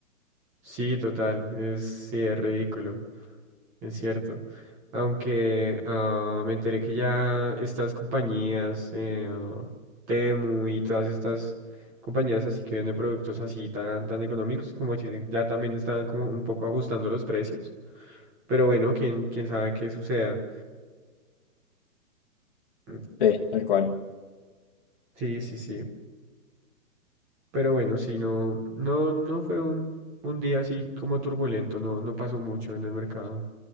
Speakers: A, in the centre; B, on the left.
A: Sí, total, es, sí, es ridículo, es cierto. Aunque ah, me enteré que ya estas compañías, eh, ah, Temu y todas estas compañías así que venden productos así tan, tan económicos, como que ya también están como un poco ajustando los precios. Pero bueno, quién, quién sabe qué suceda. Mm,
B: sí, tal cual.
A: Sí, sí, sí. Pero bueno, sí, no, no, no fue un, un día así como turbulento, no, no pasó mucho en el mercado.